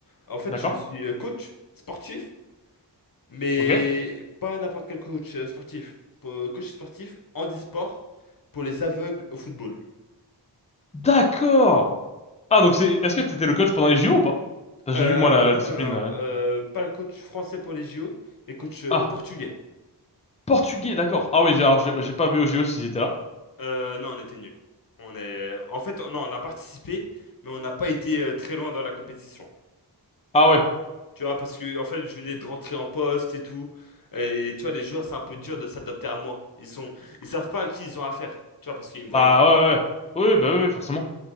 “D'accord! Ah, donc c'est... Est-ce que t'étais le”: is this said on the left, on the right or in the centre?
Left